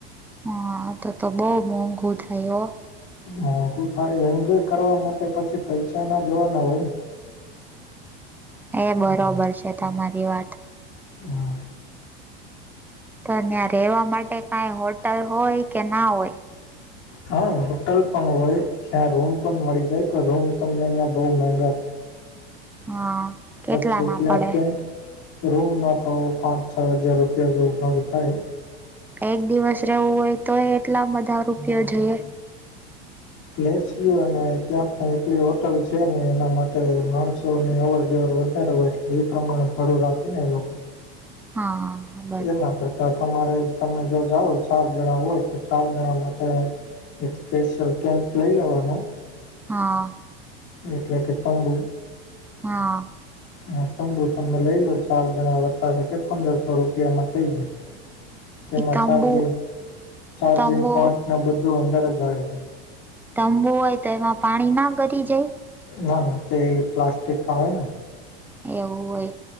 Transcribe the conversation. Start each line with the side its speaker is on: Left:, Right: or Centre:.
Centre: હા તો તો બહ મોંઘો થયું.
Left: મોંઘું થાય એન્જોય કરવા માટે પછી પૈસા ના જોવાના હોય ને
Centre: હ એ બરોબર છે તમારી વાત
Left: હા
Centre: તો ત્યાં રહેેવા માટે કઈ હોટલ હોય કે ના હોય.
Left: હા હોટલ પણ હોય ત્યાં રૂમ પણ મળી જાય પણ રૂમ તમને અં બહુ મેગા
Centre: હા કેટલા
Left: પછી
Centre: ના
Left: ત્યાં
Centre: પડે
Left: ટેન્ટ રૂમ ન તો પાંચ છ હજાર રૂપિયા જેવું મળરું થાય.
Centre: એક દિવસ રહેવું હોય તો એટલા બધા રૂપિયો જોઈએ.
Left: પ્લેસુ અને ત્યાંની એટલી હોટલ છે ને એના માટે માણસોની અવર જવર વધારે હોય એટલે એ પ્રમાણે ભડું રાખે ને એ લોકો
Centre: હા. બરોબર
Left: એના કરતા તમારે તમે જો જાઓ ચાર જણા હોય તો ચાર જણા માટે એક સ્પેશિયલ કેમ્પ લઈ લેવાનો.
Centre: હા.
Left: એટલે કે તમે
Centre: હા.
Left: હ તંબુ તમે લઈ લો ચાર જણા વચ્ચે પંદરસો રૂપિયામાં એમા થઈ જાય છે. તેમાં
Centre: એ તંબુ
Left: ચાર્જિંગ
Centre: તંબુ
Left: પોઈન્ટ બધું અંદર જ આવે છે.
Centre: તંબું હોય તો એમાં પાણી ના ભરાઈ જાય.
Left: ના ના તે પ્લાસ્ટિકના આવે ને
Centre: એવુ હોય